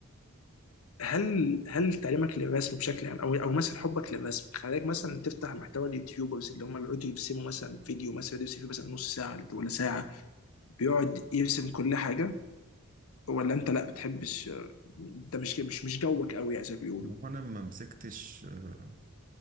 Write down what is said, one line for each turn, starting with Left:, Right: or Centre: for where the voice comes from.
Left: هل هل تعليمك للرسم بشكل عام او او مثلا حبك للرسم خلاك مثلا تفتح محتوى اليوتيوبرز اللي هم بيقعدوا يرسموا مثلا فيديو مثلا فيديو يرسم فيه مثلا نص ساعه ولا ساعه بيقعد يرسم كل حاجه ولا انت لا بتحبش ده مش مش مش جوك قوي يعني زي ما بيقولوا
Right: إن هو انا ما مسكتش آه،